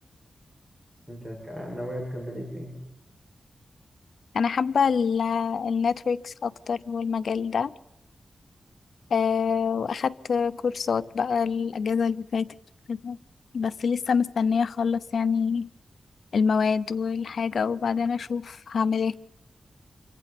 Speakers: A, on the right; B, on the left.
A: انت هتك- ناوية تكملي في ايه
B: انا حابة النتوركس اكتر والمجال ده أه واخدت كورسات بقى الاجازة اللي فاتت وكده. بس لسه مستنية اخلص يعني المواد والحاجة وبعدين اشوف هعمل ايه